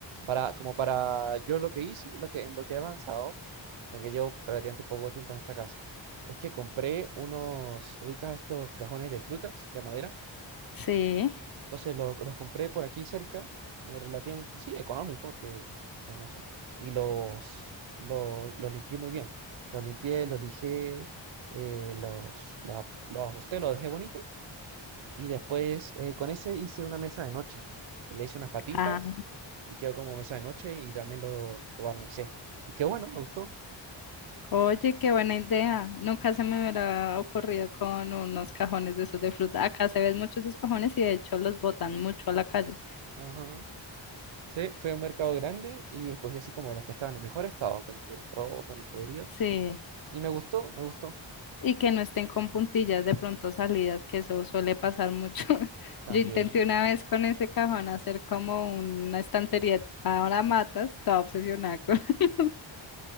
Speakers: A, on the right; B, on the left.
A: para, como para yo lo que hice, lo que, en lo que he avanzado, porque llevo relativamente poco tiempo en esta casa, es que compré unos, ubicas estos cajones de frutas, de madera,
B: Sí.
A: Entonces lo- los compré por aquí cerca, eh, relativamente, sí, económico, porque son eso. Y los, lo- los limpié muy bien. Los limpié, los lijé, eh, los, la- los ajusté, los dejé bonitos. Y después eh, con ese hice una mesa de noche, que le hice unas patitas
B: Ah,
A: y quedó como mesa de noche y también lo, lo barnicé. Y quedó bueno, me gustó.
B: oye, qué buena idea. Nunca se me hubiera ocurrido con unos cajones de esos de fruta. Acá se ven muchos esos cajones y de hecho los botan mucho a la calle.
A: Ajá. Sí, fue un mercado grande y escogí así como los que estaban en mejor estado, que no estuvieron rotos ni podridos.
B: Sí.
A: Y me gustó, me gustó
B: y que no estén con puntillas de pronto salidas, que eso suele pasar mucho. <laughs>
A: también.
B: Yo intenté una vez con ese cajón hacer como una estantería para matas, estaba obsesionada con... <laughs>